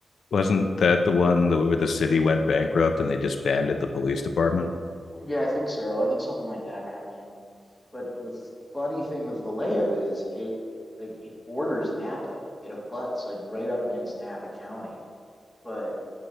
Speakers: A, on the left; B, in the centre.
A: Wasn't that the one that- where the city went bankrupt and they disbanded the police department?
B: Yeah, I think so. I think something like that happened. But the funny thing with Vallejo is it like it borders Napa. It abuts like right up against Napa County. But